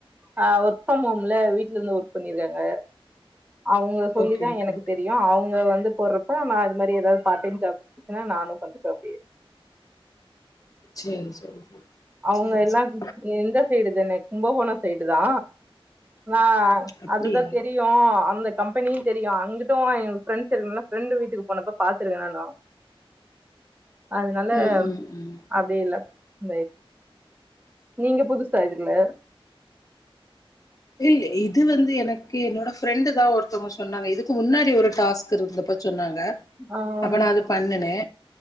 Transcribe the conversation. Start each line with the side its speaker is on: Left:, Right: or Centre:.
Right: ஆ ஒர்க் பண்ணுவோம்ல வீட்ல இருந்து ஒர்க் பண்ணிருக்காங்க அவ்ங்க சொல்லி
Left: ஓகே
Right: தா
Left: ஓகே
Right: எனக்கு
Left: ஓகே
Right: தெரியு அவ்ங்க வந்து போட்றப்ப நா இது மாரி எதாவ்து பார் டைம் ஜாப்பு இருந்துச்சுா நானு பண்ணிப்பாப்பே
Left: சேரி சேரி சேரி
Right: அவ்ங்க
Left: சேரி
Right: எல்லா
Left: சேரி
Right: ம் இந்த சைடு தானே கும்பகோண சைடு தா வா ஆ
Left: அப்படியா
Right: அதுதா தெரியு அந்த கம்பெனியு தெரியு அங்குட்டு எ ப்ஃரெண்ட்ஸ் இருக்கனால ஃப்ரெண்டு வீட்டுக்கு போனப்ப பாத்துருக்கே நானு அதுனால
Left: ம் ம் ம்
Right: அப்டி இல்ல இந்த நீங்க புதுசா இதுல
Left: இல் இது வந்து எனக்கு என்னோட ஃப்ரெண்டு் தா ஒருத்தவ்ங்க சொன்னாங்க இதுக்கு முன்னாடி ஒரு டாஸ்க் இருந்தப்ப சொன்னாங் க
Right: ஆ
Left: அப்ப நா அது பண்ணுனே